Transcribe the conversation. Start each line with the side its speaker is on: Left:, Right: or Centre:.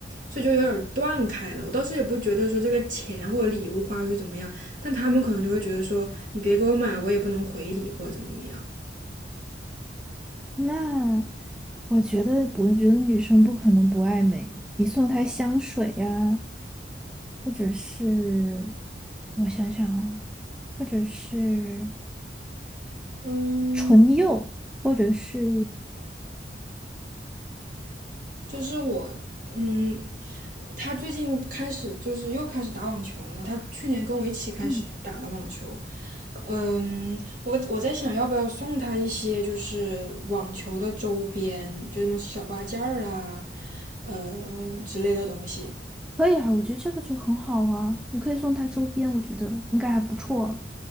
Right: 所以就有点儿断开了。我倒是也不觉得说这个钱或者礼物花出去怎么样，但他们可能就会觉得说你别给我买了，我也不能回礼或者怎么怎么样。
Centre: 那，我觉得我觉得女生不可能不爱美。你送她香水呀、或者是我想想啊，或者是
Right: 嗯，
Centre: 唇釉，或者是
Right: 就是我，嗯，他最近开始就是又开始打网球了嘛。他去年跟我一起开始打的网球，
Centre: 嗯，
Right: 嗯，我我在想要不要送他一些就是网球的周边，就什么小挂件儿啊，呃之类的东西。
Centre: 可以啊，我觉得这个就很好啊。你可以送她周边，我觉得应该还不错。